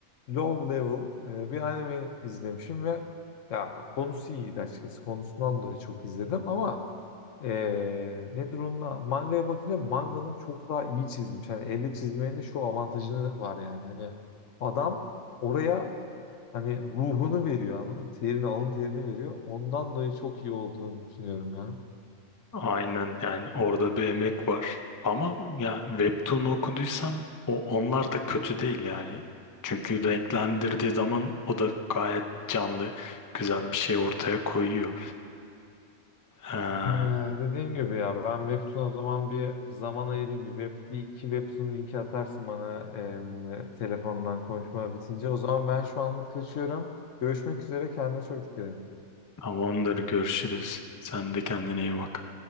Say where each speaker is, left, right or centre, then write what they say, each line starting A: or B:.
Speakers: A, on the left (about 65°); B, on the left (about 25°).
A: low level e, bir anime izlemişim ve ya konusu iyiydi açıkçası. Konusundan dolayı çok izledim ama ee, nedir onunla? Mangaya bakınca manganın çok daha iyi çizilmiş. Hani elle çizmenin de şu avantajını var yani. Hani adam oraya hani ruhunu veriyor anladın mı? Terini, alın terini veriyor. Ondan dolayı çok iyi olduğunu düşünüyorum ya.
B: Aynen yani orada bir emek var. Ama ya Webtoon okuduysan o onlar da kötü değil yani. Çünkü renklendirdiği zaman o da gayet canlı, güzel bir şey ortaya koyuyor. Ee,
A: Ee, dediğim gibi ya ben Webtoon o zaman bir zaman ayırayım. Bir web, bir iki Webtoon linki atarsın bana e, telefondan konuşma bitince. O zaman ben şu anlık kaçıyorum. Görüşmek üzere. Kendine çok dikkat et.
B: tamamdır görüşürüz. Sen de kendine iyi bak.